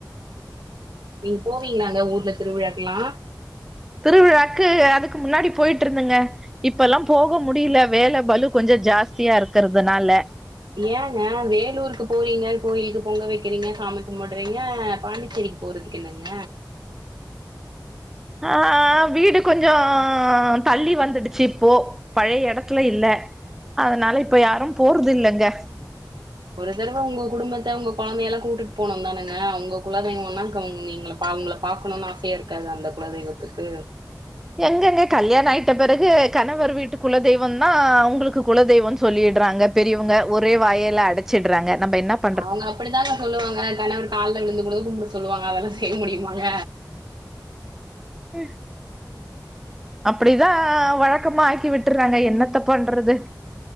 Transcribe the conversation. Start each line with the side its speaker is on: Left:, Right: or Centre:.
Right: நீங் போவிங்ளாங்க ஊர்ல திருவிழாக்குல்லா
Centre: திருவிழாக்கு அதுக்கு முன்னாடி போய்ட்ருந்தங்க இப்பல்லா போக முடில வேல பலு கொஞ்சோ ஜாஸ்தியாருக்கற்துனால
Right: ஏங்க வேலூருக்கு போறிங்க கோயிலுக்கு பொங்க வைக்கிறிங்க சாமி கும்முட்றிங்க பாண்டிச்சேரிக் போறதுக்கு என்னங்க
Centre: ஆ ஆ வீடு கொஞ்சோ தள்ளி வந்துடுச்சு இப்போ பழைய எடத்துல இல்ல அதனால இப்ப யாரும் போறது இல்லங்க
Right: ஒரு தடவ உங்க குடும்பத்த உங்க கொழந்தய எல்லா கூட்டுட் போனுன் தானங்க உங்க குலதெய்வோன்னா க நீங்ளு பா அவுங்கள பாக்கணுன் ஆசையாருக்காதா அந்த குலதெய்வத்துக்கு
Centre: எங்கங்க கல்யாண ஆயிட்ட பெறகு கணவர் வீட்டு குலதெய்வந்தா உங்குளுக்கு குலதெய்வோன் சொல்லிட்றாங்க பெரியவங்க ஒரே வாயால அடச்சிட்றாங்க நம்ப என்னப்
Right: அவுங்க அப்படித்தாங்க சொல்லுவாங்க கணவன் கால்ல விழுந்து கூட கும்புட சொல்லுவாங்க அதல்லா செய் முடியுமாங்க
Centre: அ அப்டிதா வழக்கமா ஆக்கி விட்டுறாங்க என்னத்த பண்றது